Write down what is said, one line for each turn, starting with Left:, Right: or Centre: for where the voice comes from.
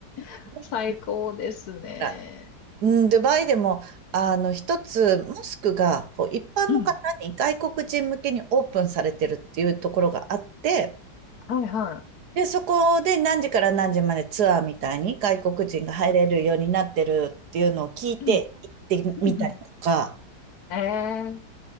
Left: <laughs>
Right: ふらふ
Left: 最高ですね。
Right: らうん、ドバイでも、あの、一つ、モスクが、こう、一般の方に外国人向けにオープンされてるっていうところがあって、
Left: うん。はいは
Right: で、そこで何時から何時までツアーみたいに外国人が入れるようになってるっていうのを聞いて行ってみたりとか、
Left: い。うん。うん、うん。ええ